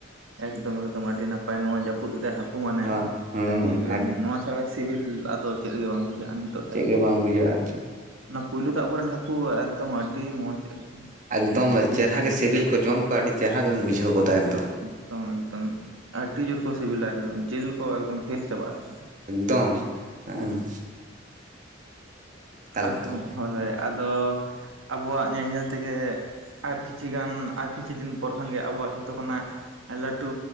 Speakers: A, on the right; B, on the right.
A: ᱮᱠᱫᱚᱢ ᱮᱠᱫᱚᱢ ᱟᱹᱰᱤ ᱱᱟᱯᱟᱭ ᱱᱚᱣᱟ ᱡᱟᱹᱯᱩᱫ ᱨᱮ ᱦᱟᱹᱠᱩ ᱢᱟᱱᱮ
B: ᱦᱩᱸ ᱦᱩᱸ
A: ᱟᱹᱰᱤ ᱮᱠᱫᱚᱢ ᱱᱚᱣᱟ ᱪᱷᱟᱲᱟ ᱥᱤᱵᱤᱞ ᱟᱫᱚ ᱪᱮᱫ ᱜᱮ ᱵᱟᱝ ᱵᱩᱡᱷᱟᱹᱜᱼᱟ ᱱᱤᱛᱚᱜ ᱴᱟᱹᱭᱤᱢ᱾
B: ᱪᱮᱫ ᱜᱮ ᱵᱟᱝ ᱵᱩᱡᱷᱟᱹᱜᱼᱟ ᱟᱨᱠᱤ
A: ᱚᱱᱟ ᱯᱩᱭᱞᱩ ᱫᱟᱜ ᱠᱚᱨᱮᱱ ᱦᱟᱹᱠᱩ ᱮᱠᱫᱚᱢ ᱟᱹᱰᱤ ᱢᱚᱸᱡᱽ ᱮᱠᱫᱚᱢ᱾
B: ᱮᱠᱫᱚᱢ
A: ᱟᱹᱰᱤ
B: ᱪᱮᱨᱦᱟ
A: ᱥᱤᱵᱤᱞ
B: ᱜᱮ ᱥᱮᱵᱮᱞ ᱠᱚ ᱡᱚᱢ ᱠᱚ ᱟᱹᱰᱤ ᱪᱮᱦᱨᱟ ᱜᱮᱢ ᱵᱩᱡᱷᱟᱹᱣ ᱜᱚᱫᱟ ᱮᱠᱫᱚᱢ᱾
A: ᱮᱠᱫᱚᱢ ᱮᱠᱫᱚᱢ ᱟᱹᱰᱤ ᱡᱳᱨ ᱠᱚ ᱥᱮᱵᱮᱞᱟ ᱮᱠᱫᱚᱢ ᱡᱮᱞ ᱠᱚ ᱮᱠᱫᱚᱢ ᱯᱷᱮᱞ ᱪᱟᱵᱟᱜᱼᱟ ᱛᱚᱠᱷᱚᱱ᱾
B: ᱫᱚᱢ ᱮᱸ
A: ᱦᱮᱸ ᱟᱫᱚ
B: ᱮᱠᱟᱞ
A: ᱦᱳᱭ ᱦᱳᱭ ᱟᱫᱚ ᱟᱵᱚᱣᱟᱜ ᱧᱮᱞ ᱧᱮᱞ ᱛᱮᱜᱮ ᱟᱨ ᱠᱤᱪᱷᱤ ᱜᱟᱱ ᱟᱨ ᱠᱤᱪᱷᱩ ᱫᱤᱱ ᱯᱚᱨ ᱠᱷᱟᱱᱜᱮ ᱟᱵᱚᱣᱟᱜ ᱡᱷᱚᱛᱚ ᱠᱷᱚᱱᱟᱜ ᱞᱟᱹᱴᱩ